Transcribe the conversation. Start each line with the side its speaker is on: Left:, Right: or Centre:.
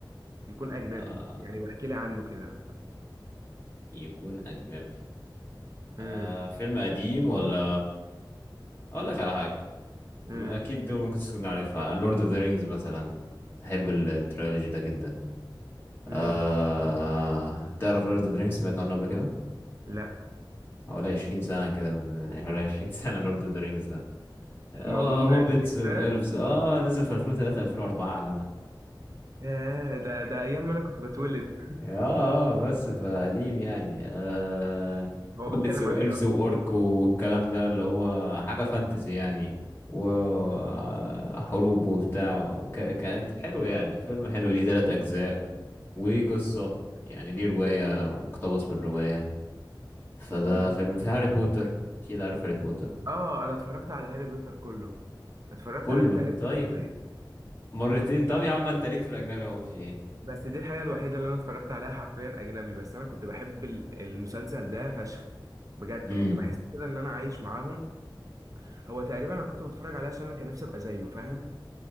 Right: يكون اجنبي
Left: آه،
Right: يعني واحكي لي عنه كده
Left: يكون أجنبي
Right: امم
Left: آه فيلم قديم ولا اقول لك على حاجه
Right: امم
Left: اكيد دول ممكن تكون عارفها لورد اوف ذا رينجز مثلا بحب التريلوجي ده جدا آه
Right: امم
Left: تعرف لورد اوف ذا رينجز سمعت عنه قبل كده
Right: لا
Left: حوالي 20 سنه كده من من حوالي 20 سنه لورد اوف ذا رينجز ده آه
Right: موجود من
Left: هوبيتس
Right: 20
Left: والفز
Right: سنه
Left: اه نزل في 2003 2004 يا جدع
Right: ياه ده ده ايام ما انا كنت بتولد
Left: اه اه بس فقديم يعني آه
Right: هو بيتكلم
Left: هوبيتس وإلفز
Right: عن ايه
Left: وأورك والكلام ده اللي هو حاجة فانتسي يعني وحروب وبتاع ك... كان حلو يعني فيلم حلو ليه تلات أجزاء وليه قصة يعني ليه رواية مقتبس من رواية فده
Right: اصلا
Left: فيلم في هاري بوتر أكيد عارف هاري بوتر
Right: اه انا اتفرجت على هاري بوتر كله اتفرجت
Left: كله
Right: عليه تقريبا
Left: طيب
Right: مرتين
Left: مرتين طب يا عم انت ليك في الأجنبي اهو في ايه
Right: بس دي الحاجه الوحيده اللي انا اتفرجت عليها حرفيا اجنبي بس انا كنت بحب ال- المسلسل ده فشخ بجد
Left: امم
Right: كنت بحس كده ان انا عايش معاهم هو تقريبا انا كنت بتفرج عليه عشان انا كان نفسي ابقى زيه فاهم